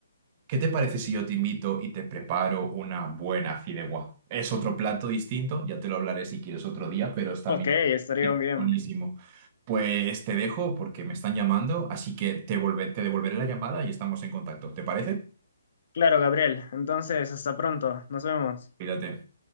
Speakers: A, on the right (about 30°); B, on the left (about 55°).
A: ¿qué te parece si yo te invito y te preparo una buena fideuá? Es otro plato distinto, ya te lo hablaré si quieres otro día, pero es también
B: Ok, estaría bien.
A: buenísimo. Pues te dejo porque me están llamando, así que te volve- te devolveré la llamada y estamos en contacto. ¿Te parece?
B: Claro, Gabriel. Entonces, hasta pronto. Nos vemos.
A: Cuídate.